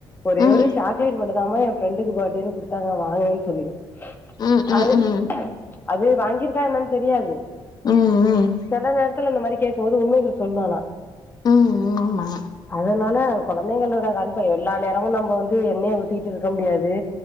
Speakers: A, on the left; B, on the left.
A: ஒரே
B: ம்,
A: ஒரு சாக்லேட் மட்டுந்தாமா ஏ ஃப்ரெண்டுக்கு பர்த்டேன்னு குடுத்தாங்க வாங்குவேன் சொல்லிடு
B: ம் ம்
A: அது
B: ம்
A: அது வாங்கிருக்கா என்னன்னு தெரியாது
B: ம், ம்,
A: செல நேரத்துல இந்த மாரி கேக் கும் போது ஒரு உண்மைகள் சொல்லலா
B: ம் ம் ஆமா
A: அதுனால கொழந்தைங்களோட கண்ப எல்லா நேரமு நம்ப வந்து எண்ணய ஊத்திகிட்டு இருக்க முடியாது